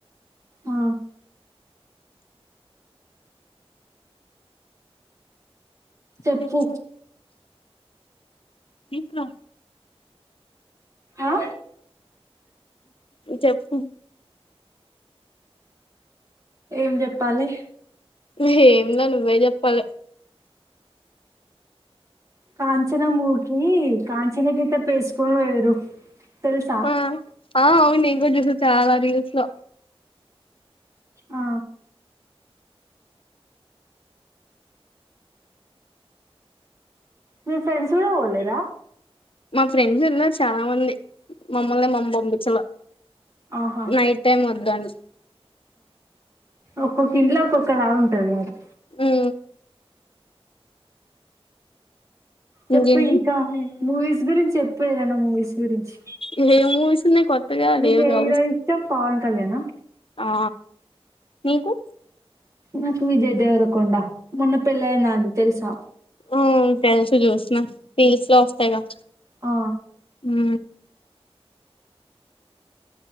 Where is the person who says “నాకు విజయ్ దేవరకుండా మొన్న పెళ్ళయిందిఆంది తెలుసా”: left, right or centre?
Right